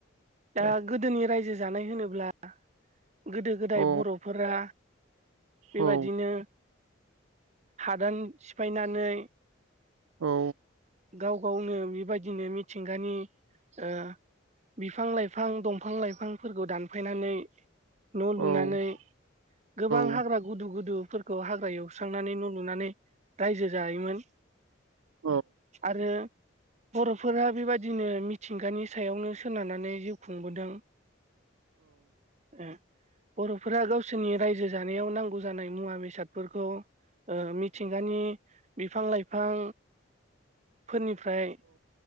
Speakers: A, on the right (about 85°); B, on the right (about 35°).
A: दे
B: दा गोदोनि रायजो जानाय होनोब्ला गोदो गोदाय
A: औ
B: बर'फोरा बेबादिनो
A: औ
B: हादान सिफायनानै
A: औ
B: गाव गावनो बेबायदिनो मिथिंगानि ओ बिफां लाइफां दंफां लाइफांफोरखौ दानफायनानै न' लुनानै
A: औ
B: गोबां
A: औ
B: हाग्रा गुदु गुदु फोर खौ हाग्रा एवस्रांनानै न' लुनानै रायजो जायोमोन।
A: औ
B: आरो बर'फोरा बेबायदिनो मि थिंगानि सायावनो सोनारनानै जिउ खुंबोदों। ओ बर'फोरा गावसोरनि रायजो जानायाव नांगौ जानाय मुवा बेसादफोरखौ ओ मिथिंगानि बिफां लाइफां फोरनिफ्राय